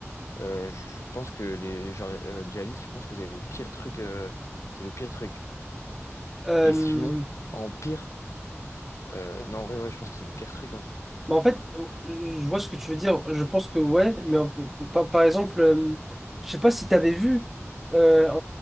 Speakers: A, on the left (about 70°); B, in the centre.
A: euh, je pense que les journa- euh, djihadistes, je pense que c'est le pire truc. euh, c'est le pire truc.
B: Euh,
A: Et sinon, en pire. euh, non, en vrai, ouais, je pense que c'est le pire truc. Hein.
B: Bah, en fait, euh, je vois ce que tu veux dire. Je pense que ouais, mais euh, p- par, par exemple, euh, je sais pas si t'avais vu euh, un-